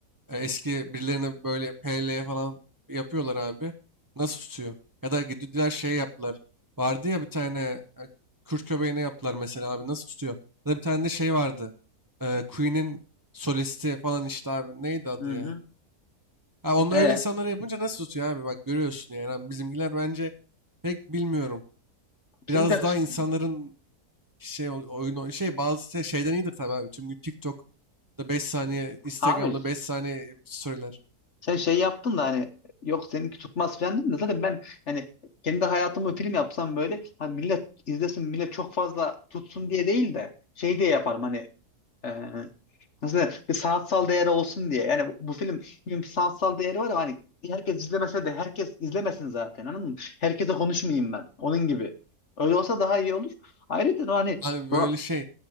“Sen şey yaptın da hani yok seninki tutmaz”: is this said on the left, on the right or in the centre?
Left